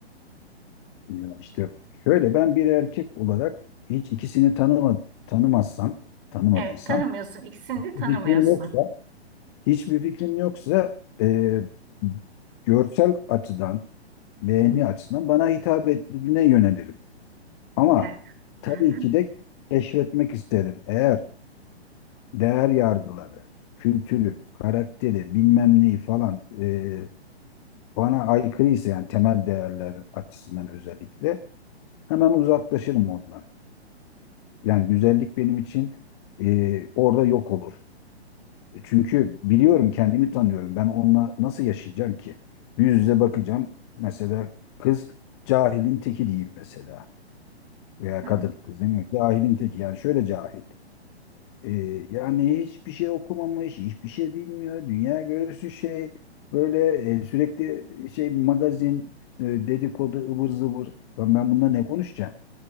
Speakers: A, on the left (about 25°); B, on the right (about 55°).
A: Ya işte şöyle ben bir erkek olarak hiç ikisini tanıma, tanımazsam tanımadıysam
B: Evet, tanımıyorsun. İkisini de tanımıyorsun.
A: bir fikrim yoksa hiçbir fikrim yoksa e, görsel açıdan beğeni açısından bana hitap ettiğine yönelirim. Ama
B: E,
A: tabii
B: hı hı,
A: ki de keşfetmek isterim. Eğer değer yargıları, kültürü, karakteri, bilmem neyi falan e, bana aykırıysa yani temel değerler açısından özellikle hemen uzaklaşırım ondan. Yani güzellik benim için e, orada yok olur. E Çünkü biliyorum kendimi tanıyorum. Ben onunla nasıl yaşayacağım ki? Yüz yüze bakacağım. Mesela kız cahilin teki diyeyim mesela. veya
B: hı.
A: kadın kız değil mi? Cahilin teki yani şöyle cahil. Ee, yani hiçbir şey okumamış, hiçbir şey bilmiyor. Dünya görüşü şey böyle e, sürekli şey magazin e, dedikodu ıvır zıvır. Ben, ben bununla ne konuşacağım?